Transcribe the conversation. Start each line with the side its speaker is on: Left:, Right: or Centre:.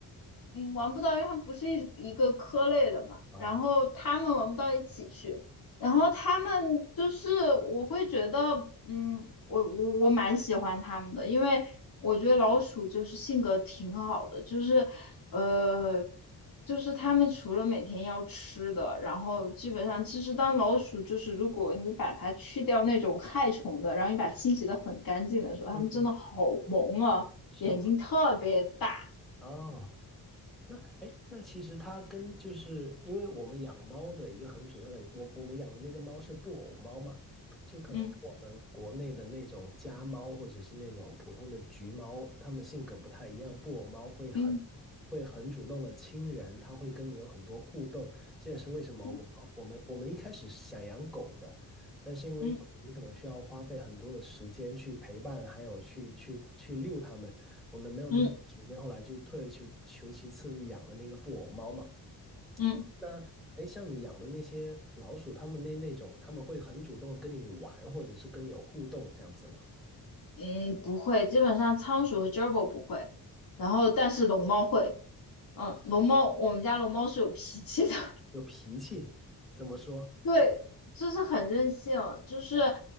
Left: 嗯，玩不到，因为他们不是一一个科类的嘛，
Centre: 啊，
Left: 然后他们玩不到一起去，然后他们就是我会觉得，嗯，我我我蛮喜欢他们的，因为我觉得老鼠就是性格挺好的，就是呃，就是他们除了每天要吃的，然后基本上其实当老鼠就是如果你把它去掉那种害虫的，然后你把它清洗的很干净的时候，它们真的好萌啊，
Centre: 嗯嗯，是吗？
Left: 眼睛特别大，
Centre: 哦。那哎，诶那其实它跟就是因为我们养猫的一个很主要的，我我们养的那个猫是布偶猫嘛，就可能跟我们国内的那种家猫或者是那种普通的橘猫，
Left: 嗯
Centre: 它们性格不太一样。布偶猫会很会很主动的亲人，
Left: 嗯。
Centre: 它会跟你有很多互动，这也是为什么我们我们我们一开始是想养狗的，
Left: 嗯
Centre: 但是因为你可能需要花费很多的时间去陪伴，
Left: 嗯
Centre: 还有去去去遛它们。我们没有那么多时间，
Left: 嗯
Centre: 后来就退而求求其次，就养了那个布偶猫嘛。
Left: 嗯
Centre: 那哎，诶像你养的那些老鼠，它们那那种，它们会很主动地跟你玩，或者是跟你有互动这样子吗？
Left: 嗯，不会，基本上仓鼠和 gerbil 不会，然后但是龙猫会，嗯，龙猫我们家龙猫是有脾气的，<laughs>
Centre: 有脾气，怎么说？
Left: 对，就是很任性，就是